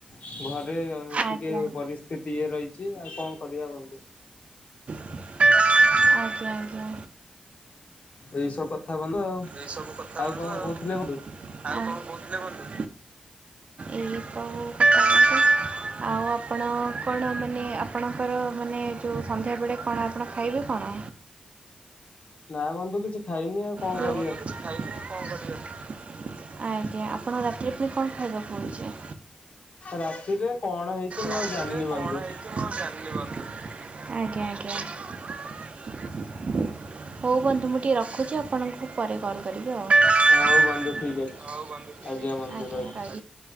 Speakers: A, on the left (about 60°); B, on the right (about 55°).
A: ଘରେ
B: ଆଜ୍ଞା
A: ଟିକେ ପରିସ୍ଥିତି ଇଏ ରହିଛି, ଆଉ କଣ କରିବା ବନ୍ତୁ
B: ଆଜ୍ଞା ଆଜ୍ଞା
A: ଏଇ ସବୁ କଥା ବନ୍ଧୁ ଆଉ
B: ଏସବୁ କଥା ବଧୁ
A: କଣ
B: ଆଉ
A: କହୁଥିଲେ ବନ୍ଧୁ
B: ଆଉ କଣ କହୁଥିଲେ କୁନ୍ତୁ। ଏଇ କ କଥା ଆଉ ଆପଣ କଣ ଆମେ ମାନେ ଆପଣଙ୍କର ମାନେ ଯେଉଁ ସନ୍ଧ୍ୟାବେଳେ କଣ ଆପଣ ଖାଇବେ କଣ
A: ନା ବନ୍ଧୁ କିଛି, ଖାଇନି ଆଉ କଣ
B: ହଁ
A: କରିବା
B: ବଧୁ କିଛି ଖାଇକି କଣ କରିବି ଆଜ୍ଞା ଆପଣ ରାତିରେ ପୁଣି କଣ ଖାଇବାକୁଳୁଛେ
A: ରାତିରେ କଣ ହେଇଛି ମୁଁ
B: ରାତିରେ
A: ଆଉ ଜାଣିନି
B: କଣ
A: ବନ୍ଧୁ
B: ହେଇଛି ମୁଁ ଆଉ ଜାଣିନି ବନ୍ଧୁ। ଆଜ୍ଞା ହଉ ବନ୍ଧୁ ମୁଁ ଟିକେ ରଖୁଛି ଆ ଆପଣଙ୍କୁ ପରେ କଲ୍ କରି ୍ଜ୍ସ୍କାର
A: ହଉ ବନ୍ଧୁ ଠିକ ଅଛି ଆଜ୍ଞା ବନ୍ଧୁ ରହିଲି